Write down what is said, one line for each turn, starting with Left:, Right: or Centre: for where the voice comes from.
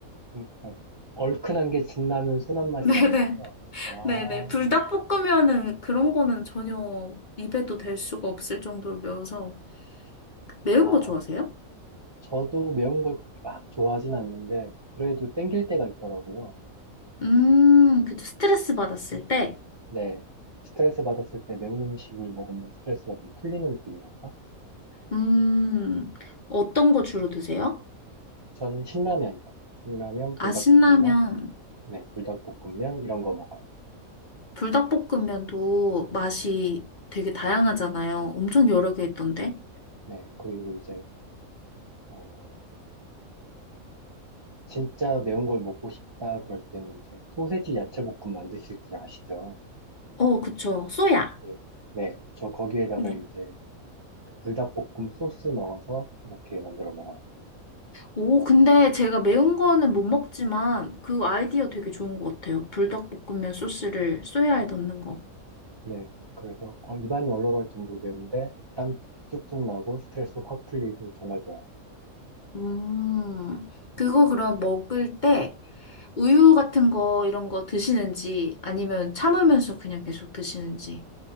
Right: 그러니까 얼큰한 게 진라면 순한 맛이라는
Left: 네네.
Right: 거죠? 아,
Left: 네네. 불닭볶음면은 그런 거는 전혀 입에도 댈 수가 없을 정도로 매워서. 매운
Right: 아,
Left: 거 좋아하세요?
Right: 저도 매운 걸 그렇게 막 좋아하진 않는데 그래도 땡길 때가 있더라고요.
Left: 음, 그쵸. 스트레스 받았을 때,
Right: 네, 스트레스 받았을 때 매운 음식을 먹으면 스트레스가 좀 풀리는 느낌이랄까?
Left: 음, 어떤 거 주로 드세요?
Right: 저는 신라면이요. 신라면, 불닭볶음밥,
Left: 아, 신라면,
Right: 네, 불닭볶음면 이런 거 먹어요.
Left: 불닭볶음면도 맛이 되게 다양하잖아요. 엄청 여러 개 있던데.
Right: 네, 그리고 이제 어, 진짜 매운 걸 먹고 싶다 그럴 때는 이제 소세지 야채볶음 만드실 줄 아시죠?
Left: 어, 그쵸. 쏘야.
Right: 네, 네, 저 거기에다가
Left: 네.
Right: 이제 그 불닭볶음 소스 넣어서 이렇게 만들어 먹어요.
Left: 오, 근데 제가 매운 거는 못 먹지만 그 아이디어 되게 좋은 것 같아요. 불닭볶음면 소스를 쏘야에 넣는 거.
Right: 네, 그래서 어, 입안이 얼얼할 정도로 매운데 땀 쭉쭉 나고 스트레스 확 풀리고 정말 좋아요.
Left: 음, 그거 그럼 먹을 때 우유 같은 거 이런 거 드시는지 아니면 참으면서 그냥 계속 드시는지.